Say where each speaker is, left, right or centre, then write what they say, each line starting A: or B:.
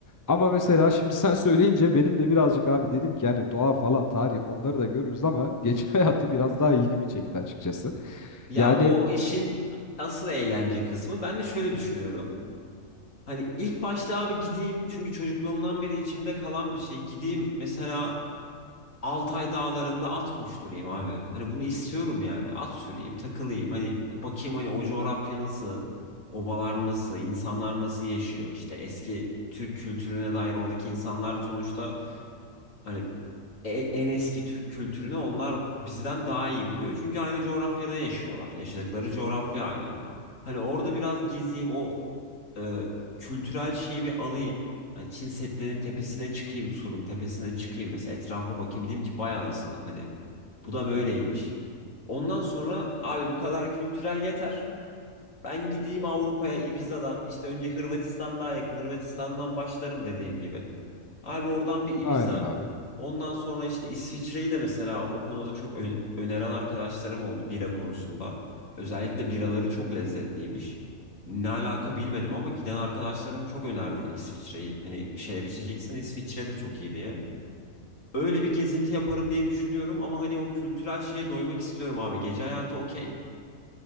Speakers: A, on the left; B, on the left.
A: Ama mesela şimdi sen söyleyince benim de birazcık abi dedim ki yani doğa falan tarih onları da görürüz ama gece <laughs> hayatı biraz daha ilgimi çekti açıkçası.
B: Ya
A: Yani
B: o işin asıl eğlence kısmı ben de şöyle düşünüyorum. Hani ilk başta abi gideyim çünkü çocukluğumdan beri içimde kalan bir şey. Gideyim mesela Altay dağlarında at koşturayım abi. Hani bunu istiyorum yani. At süreyim, takılayım. Hani bakayım hani o coğrafya nasıl, obalar nasıl, insanlar nasıl yaşıyor. İşte eski Türk kültürüne dair oradaki insanlar sonuçta hani e- en eski Türk kültürünü onlar bizden daha iyi biliyor. Çünkü aynı coğrafyada yaşıyorlar. Yaşadıkları coğrafya aynı. Hani orada biraz gezeyim o e, kültürel şeyi bir alayım. Hani Çin Seddi'nin tepesine çıkayım, surun tepesine çıkayım mesela etrafa bakayım diyeyim ki vay anasını hani bu da böyleymiş. Ondan sonra abi bu kadar kültürel yeter. Ben gideyim Avrupa'ya Ibiza'dan işte önce Hırvatistan daha yakın Hırvatistan'dan başlarım dediğin gibi. Abi oradan bir Ibiza.
A: aynen abi.
B: Ondan sonra işte İsviçre'yi de mesela o konuda çok ö- öneren arkadaşlarım oldu bira konusunda. Özellikle biraları çok lezzetliymiş. Ne alaka bilmedim ama giden arkadaşlarım çok önerdi İsviçre'yi. Hani bir şeyler içeceksin İsviçre de çok iyi diye. Öyle bir gezinti yaparım diye düşünüyorum ama hani o kültürel şeye doymak istiyorum abi. Gece hayatı okey.